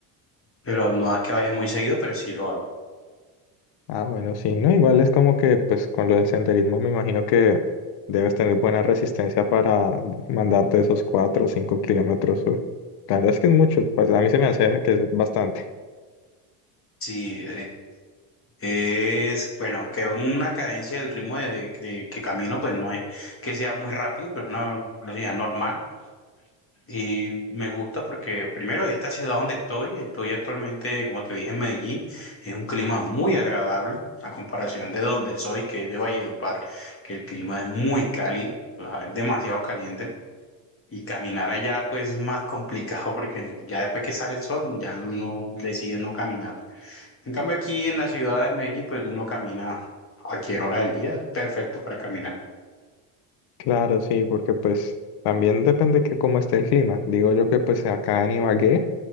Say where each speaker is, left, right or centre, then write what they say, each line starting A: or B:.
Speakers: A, on the left (about 30°); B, on the left (about 55°).
A: pero no es que vaya muy seguido, pero sí lo hago.
B: Ah, bueno, sí, no, igual es como que, pues, con lo del senderismo me imagino que debes tener buena resistencia para mandarte esos cuatro o cinco kilómetros. o- La verdad es que es mucho, pues a mí se me hace que es bastante.
A: Sí, Es, bueno, aunque una cadencia del ritmo de, de- de que camino, pues no es que sea muy rápido, pero es una velocidad normal. Y me gusta porque, primero, de esta ciudad donde estoy, estoy actualmente, como te dije, en Medellín, es un clima muy agradable a comparación de donde soy, que es de Valledupar, que el clima es muy cálido, o sea, es demasiado caliente. Y caminar allá, pues es más complicado porque ya después que sale el sol, ya uno decide no caminar. En cambio, aquí en la ciudad de Medellín, pues uno camina a cualquier hora del día, perfecto para caminar.
B: Claro, sí, porque pues también depende que cómo esté el clima. Digo yo que pues acá en Ibagué